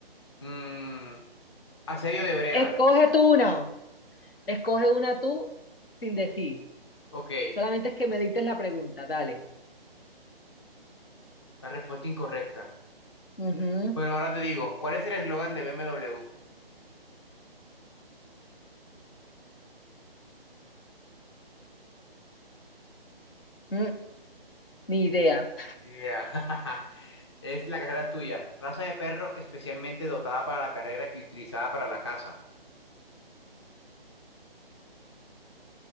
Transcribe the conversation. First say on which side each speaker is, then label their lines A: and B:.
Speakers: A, on the left; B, on the left.
A: Mm, asedio de Breda.
B: Escoge tú una. Escoge una tú sin decir.
A: Ok,
B: Solamente es que me dites la pregunta. Dale.
A: la respuesta incorrecta.
B: Ujú.
A: Bueno, ahora te digo, ¿cuál es el eslogan de BMW?
B: Mm, Ni idea.
A: Idea. <laughs> Es la carrera es tuya. Raza de perro especialmente dotada para la carrera y utilizada para la caza.